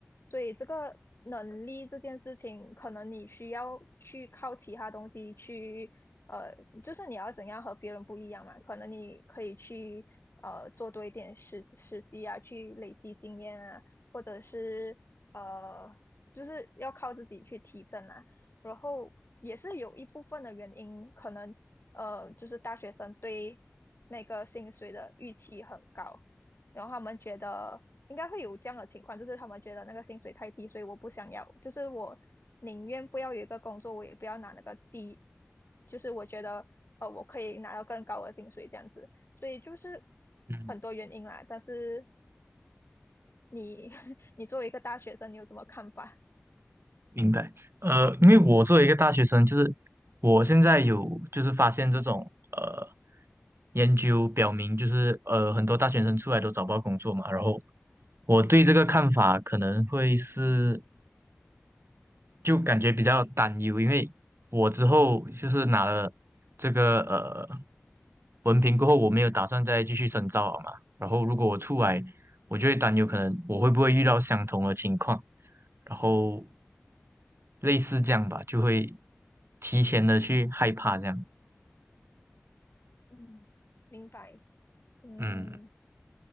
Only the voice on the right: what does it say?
嗯。
明白，呃，因为我作为一个大学生，就是我现在有就是发现这种呃研究表明，就是呃很多大学生出来都找不到工作嘛，然后我对这个看法可能会是就感觉比较担忧，因为我之后就是拿了这个呃文凭过后，我没有打算再继续深造了嘛。然后如果我出来，我就会担忧，可能我会不会遇到相同的情况，然后类似这样吧，就会提前的去害怕这样。
嗯，